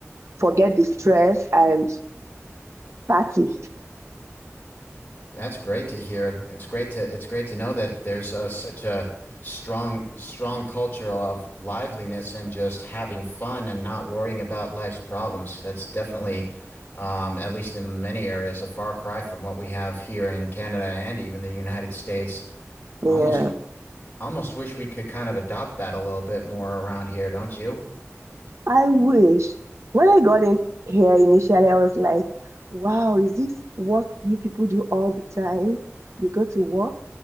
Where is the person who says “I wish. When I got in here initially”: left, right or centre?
Right